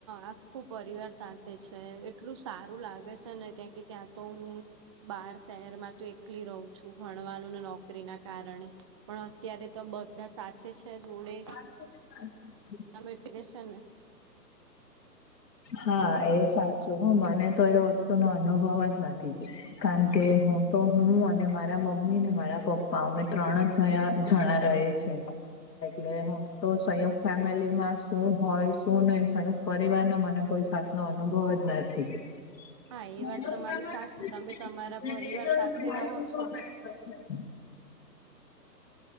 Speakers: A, on the right; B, on the left.
A: આખું પરિવાર સાથે છે. એટલું સારું લાગે છે ને. કેમ કે ત્યાં તો હું, બહાર શહેર માં તો એકલી રહું. છું ભણવાનું ને નોકરી ના કારણે પણ અત્યારે તો બધા સાથે છે જોડે
B: <inaudible>
A: <unintelligible>
B: હા એ સાચું હ. મને તો એ વસ્તુ નો અનુભવ જ નથી. કારણ કે હું તો, હું અને મારા મમ્મી ને મારા પપ્પા અમે ત્રણ જ જણા રહે છે. પેરેગ્રાફ. એટલે હું તો, સંયુક્ત ફેમિલી માં શું હોય શું નય સંયુક્ત પરિવાર ના મ મને કોઈ સાત નો અનુભવ જ નથી. <unintelligible>
A: હા એ વાત તમારી સાચી તમે તમારા
B: <unintelligible>
A: પરિવાર સાથે રહો છો